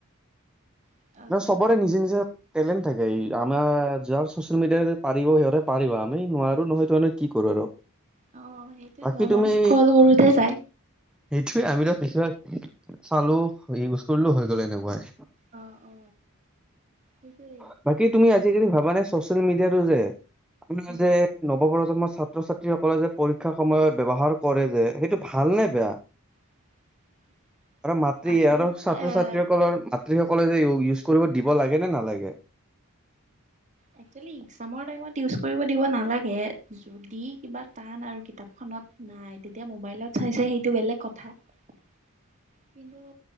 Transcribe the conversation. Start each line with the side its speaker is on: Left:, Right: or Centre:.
Centre: <inaudible>
Right: অলপ
Centre: ন' চবৰে নিজে- নিজা টেলেণ্ট থাকে আমাৰ যাৰ চচিয়েল মিডিয়াই পাৰিব সিহঁতে পাৰিব আমি নোৱাৰো নহয় এইটো কাৰনে কি কৰো। আৰু
Right: অ সেইটোয়েতো
Centre: বাকী
Right: আমাৰ
Centre: তুমি
Right: স্ক্ৰল কৰোতে চাই
Centre: সেইটোৱে আমিতো বেছিভাগ চালো ইউজ কৰিলো হৈ গ'ল এনেকুৱাই।
Right: অ অ
Centre: <inaudible>
Right: সেইটোৱে
Centre: বাকী তুমি আজিকালি ভাব মানে ছ'চিয়েল মিডিয়াটো যে আপোনাৰ
Right: উম
Centre: যে নৱপ্ৰজন্ম ছাত্ৰ- ছাত্ৰী সকলে যে পৰীক্ষাৰ সময়ত ব্যৱহাৰ কৰে যে, সেইটো ভাল নে বেয়া?
Right: <inaudible>
Centre: আৰু মাতৃ
Right: আচলতে
Centre: ইয়াৰো ছাত্ৰ
Right: এ
Centre: ছাত্ৰীসকলৰ মা- মাতৃ সকলে যে ইউজ কৰিব দিব লাগে নে নালাগে?
Right: এক্সুৱেলী ইগজামৰ টাইমত ইউজ কৰিব দিব নালাগে। যদি কিবা টান আৰু কিতাপখন লত নাই, তেতিয়া মোবাইলত চাইছে সেইটো বেলেগ কথা। কিন্তু,